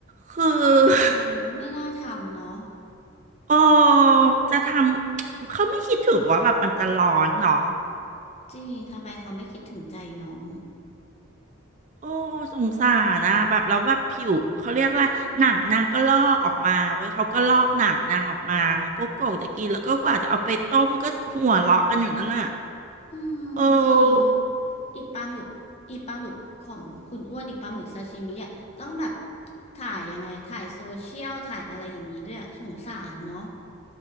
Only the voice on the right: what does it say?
คือ <laughs>
โอ้จะทำ <tsk> เขาไม่คิดถึงว่าแบบมันจะร้อนเนาะ
โอ้สงสารนะแบบแล้วแบบผิวเขาเรียกว่าหนังนางก็ลอกออกมาเว้ยเขาก็ลอกหนังนางออกมาแล้วก็โกะจะกินแล้วก็กว่าจะเอาไปต้มก็หัวเราะกันอยู่นั่นน่ะ
เออ